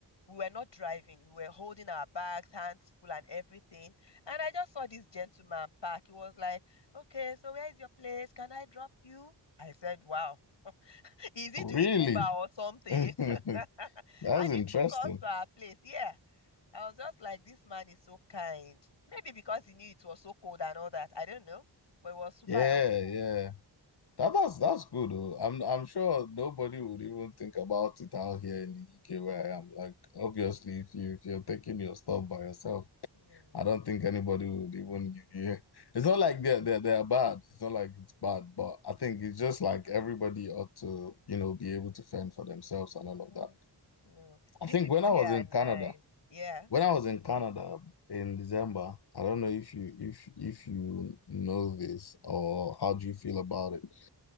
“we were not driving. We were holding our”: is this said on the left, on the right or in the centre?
Left